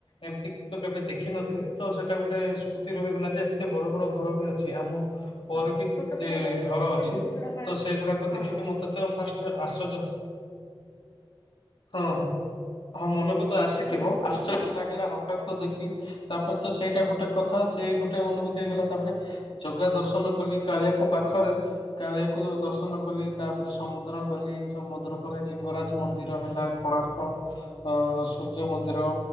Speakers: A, on the left; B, on the left.
A: ଏମିତି ତ କେବେ ଦେଖିନଥିଲି ତ ସେଟାକୁ ଗୋଟେ ସ୍ମୁତି ରହିଗଲା ଯେ ଏତେ ବଡ ବଡ ଘର ବି ଅଛି ଆମ ପରେ
B: ହୁଁ
A: ବି
B: ଛୋଟ ପିଲା ବେଳେ ତ
A: ଘର
B: ସେଇ
A: ଅଛି,
B: ଜିନିଷ ଟା ମା
A: ତ ସେଗୁଡାକ
B: ହଁ
A: ଦେଖିକି ମତେ ତ ଫାଷ୍ଟ ଆଶର୍ଯ୍ୟ ହଁ ହଁ ହଁ ମନକୁ ତ ଆସିଥିବ
B: ହୁଁ
A: ଆଶ୍ଚର୍ଯ୍ୟ ଲାଗିଲା ହଠାତ୍ କ ଦେଖିଲି ତାପରେ ତ ସେଇଟା ଗୋଟେ ଗୋଟେ କଥା ସେ ଗୋଟେ ଅନୁଭୂତି ହେଇଗଲା ତାପରେ ଜଗା ଦର୍ଶନ କଲି କାଳିଆକୁ ପାଖରେ କାଳିଆକୁ ଯ ଦର୍ଶନ କଲି ତାପରେ ସମୁଦ୍ର ଗଲି ସମୁଦ୍ର ପରେ ଲିଙ୍ଗରାଜ ମନ୍ଦିର ହେଲା। କଣାର୍କ ଅ ସୂର୍ଯ୍ୟ ମନ୍ଦିର